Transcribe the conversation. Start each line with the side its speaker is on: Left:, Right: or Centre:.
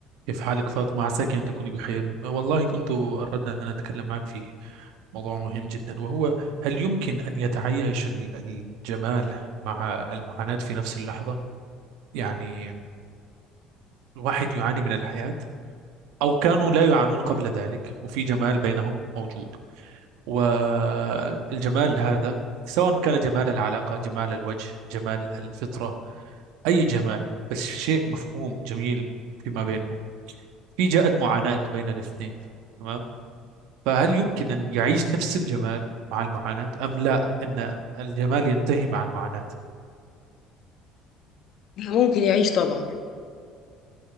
Right: كيف حالك فاطمة عساك أن تكوني بخير والله كنت أردت أن أتكلم معك في موضوع مهم جدا وهو هل يمكن أن يتعايش ال- الجمال مع المعاناة في نفس اللحظة يعني الواحد يعاني من الحياة أو كانوا لا يعانون قبل ذلك وفي جمال بينهم موجود والجمال هذا سواء كان جمال العلاقة جمال الوجه جمال الفطرة أي جمال بس شيء مفهوم جميل فيما بينهم في جاءت معاناة بين الاثنين تمام فهل يمكن أن يعيش نفس الجمال مع المعاناة أم لا أن الجمال ينتهي مع المعاناة
Left: ممكن يعيش طبعا